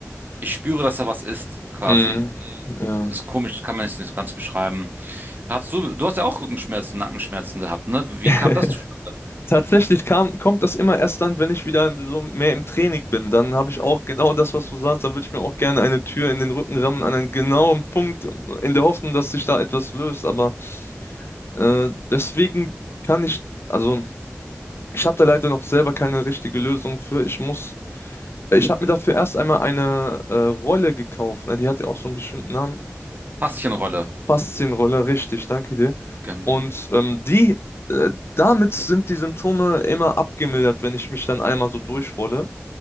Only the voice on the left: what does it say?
Mhm, ja.
<laughs>
Tatsächlich kam, kommt das immer erst dann, wenn ich wieder im- so mehr im Training bin. Dann habe ich auch genau das, was du sagst. Dann würde ich mir auch gerne eine Tür in den Rücken rammen, an einen genauen Punkt, in der Hoffnung, dass sich da etwas löst. Aber äh, deswegen kann ich, also Ich habe da leider noch selber keine richtige Lösung für. Ich muss, äh, ich habe mir dafür erst einmal eine äh, Rolle gekauft. Na, Die hat ja auch so einen bestimmten Namen.
Faszienrolle, richtig, danke dir.
Und ähm, die, äh, damit sind die Symptome immer abgemildert, wenn ich mich dann einmal so durchrolle.